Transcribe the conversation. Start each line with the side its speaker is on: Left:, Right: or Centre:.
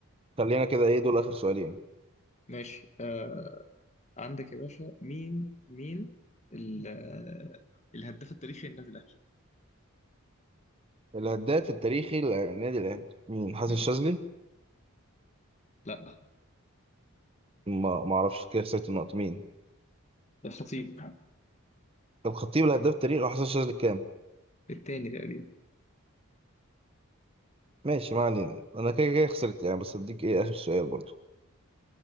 Right: خلينا كده ايه دول آخر سؤالين
Left: ماشي آه عندك يا باشا مين مين ال- آه، الهداف التاريخي للنادي الأهلي؟
Right: الهداف التاريخي للنادي الأهلي مين حسن
Left: مم.
Right: الشاذلي؟
Left: لا
Right: ما ما اعرفش كده خسرت النقطة مين؟
Left: ده مش نصيب
Right: طب خطيب الهداف تاريخ وحسن شاذلي كام
Left: التاني تقريبا
Right: ماشي ما علينا انا كده كده خسرت يعني بس اديك ايه اخر سؤال برضو